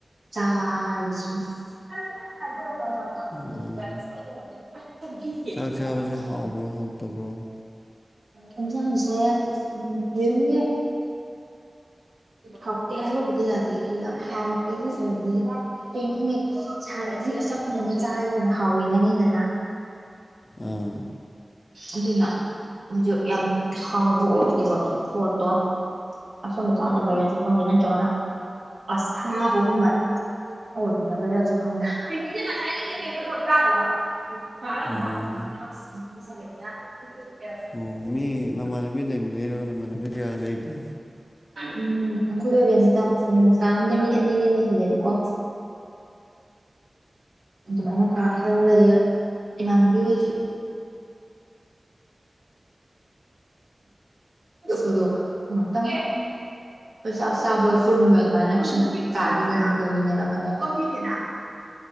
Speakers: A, on the right (about 85°); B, on the left (about 45°).
A: ꯆꯥꯁꯤ꯫ <unintelligible>
B: ꯑꯣ ꯆꯥꯛ ꯆꯥꯕꯁꯦ ꯍꯥꯎꯕ꯭ꯔꯣ ꯍꯥꯎꯇꯕ꯭ꯔꯣ
A: ꯌꯦꯟꯁꯥꯡꯁꯦ ꯌꯨꯝꯒꯤ꯫ ꯍꯥꯎꯇꯦ ꯍꯥꯏꯕꯕꯨꯗꯤ ꯌꯥꯗꯦꯦ ꯌꯥꯝ ꯍꯥꯎ ꯀ ꯑꯣꯏꯗꯦ꯫ ꯀꯩꯅꯣꯅꯦ ꯁꯥꯔꯗꯤ ꯑꯆꯪ ꯑꯃ ꯆꯥꯔꯒꯦꯅ ꯍꯥꯎꯋꯦ ꯍꯥꯏꯅꯩꯗꯅ꯫
B: ꯑꯥ
A: ꯑꯗꯨꯅ ꯍꯧꯁꯨ ꯌꯥꯝ ꯍꯥꯎꯕ ꯑꯣꯏꯗꯦꯕ ꯄꯣꯠꯇꯣ ꯑꯁꯨꯝ ꯑꯁꯥꯗꯕꯔꯁꯨ ꯈꯪꯗꯦ ꯅꯠꯇ꯭ꯔꯒꯅ ꯑꯁꯥꯕꯒꯨꯝꯕ ꯖ ꯊꯗ
B: ꯑꯣ
A: <unintelligible>
B: ꯑꯣ ꯃꯤ ꯅꯃꯥꯟꯅꯕꯤ ꯂꯩꯃꯤꯟꯅꯩꯔꯣ ꯅꯃꯥꯟꯅꯕꯤ ꯀꯌꯥ ꯂꯩꯒꯦ
A: ꯎꯝ ꯑꯈꯣꯏꯗꯣ ꯔꯦꯟꯠꯇ ꯎꯝ ꯀꯥ ꯑꯝꯗ ꯃꯤ ꯑꯅꯤꯅꯤ ꯂꯩꯍꯜꯂꯦꯕꯀꯣ ꯃꯅ ꯀꯥ ꯈꯔ ꯂꯩ ꯏꯃꯅꯕꯤ ꯑꯣꯏꯁꯨ ꯍꯗꯣ <unintelligible> ꯉꯍꯥꯛꯇꯪ ꯆꯥꯛ ꯆꯥꯕꯣꯏ ꯄꯨꯟꯕ ꯑꯗꯨꯃꯥꯏꯁꯨꯝ ꯀꯥꯗ ꯂꯩꯃꯤꯟꯅꯔꯝꯕꯅꯦ ꯀꯕꯤꯒꯤꯅ